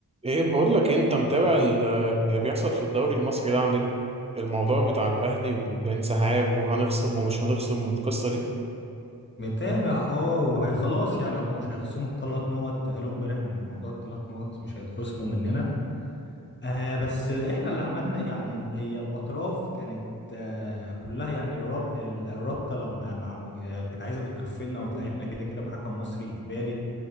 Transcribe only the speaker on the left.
متابع اه وخلاص يعني هما مش هيخصموا الثلاث نقط قالوا امبارح ان موضوع الثلاث نقط مش هيتخصموا مننا آه بس اللي احنا اللي عملنا يعني هي الاطراف كانت آه كلها يعني الراب- الرابطه لما مع- آه، كانت عايزه تغفلنا وتلعبنا كده كده بحكم مصري اجباري